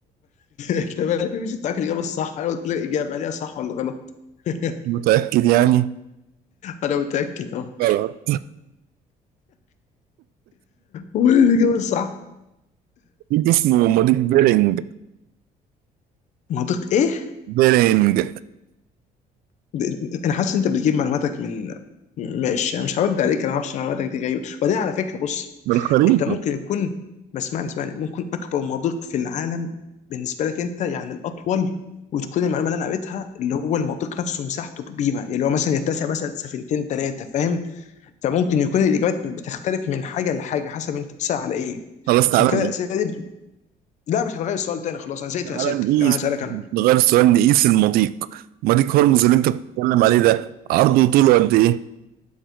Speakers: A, on the left (about 50°); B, on the right (about 80°).
A: انت مالك مش متاكد الاجابه الصح انا قلت لك الاجابه هل هي صح ولا غلط <laughs>
B: متأكد يعني
A: انا متاكد اه
B: غلط
A: هو الاجابه الصح
B: مضيف اسمه مضيف بيرنج
A: منطق ايه
B: بيرنج
A: ده- انا حاسس ان انت بتجيب معلوماتك من ماشي انا مش هرد عليك انا ما اعرفش معلوماتك دي غريبه وبعدين على فكره بص
B: بالخريطة
A: انت ممكن يكون ما اسمعني اسمعني ممكن اكبر مضيق في العالم بالنسبه لك انت يعني الاطول وتكون المعلومه اللي انا قريتها اللي هو المضيق نفسه مساحته كبيره يعني هو مثلا يتسع مثلا سفينتين ثلاثه فاهم فممكن يكون الاجابات بتختلف من حاجه لحاجه حسب انت بتسال على ايه
B: خلاص تعالى
A: عشان كده
B: نقيس
A: الاسئله دي بت... لا مش هتغير السؤال تاني خلاص انا زهقت
B: تعالى
A: من اسئلتك
B: نقيس
A: انا هسالك
B: مش
A: انا
B: نغير السؤال نقيس المضيق مضيق هرمز اللي انت بتتكلم عليه ده عرضه وطوله قد ايه؟